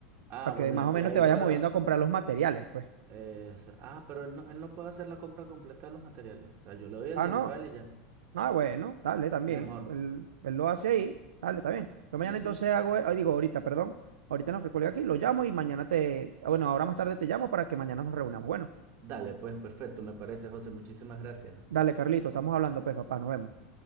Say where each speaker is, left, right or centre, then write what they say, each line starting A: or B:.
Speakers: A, on the right (about 45°); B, on the right (about 80°).
A: ah,
B: para
A: bueno,
B: que más
A: y,
B: o menos
A: y ahí
B: te vayas
A: cuadra.
B: moviendo a comprar los materiales, pues.
A: eh, se- ah, pero él no, él no puede hacer la compra completa de los materiales. O sea, yo le doy el
B: Ah,
A: dinero
B: no.
A: a él y ya.
B: Ah, bueno, dale, también.
A: Mejor.
B: Él, él lo hace ahí. Dale, está bien. Yo
A: Sí,
B: mañana
A: sí.
B: entonces hago, ah, digo, ahorita, perdón. Ahorita no que cuelgue aquí, lo llamo y mañana te, ah, bueno, ahora más tarde te llamo para que mañana nos reunamos. Bueno,
A: Dale, pues perfecto, me parece, José. Muchísimas gracias.
B: dale, Carlito, estamos hablando, pues, papá, nos vemos.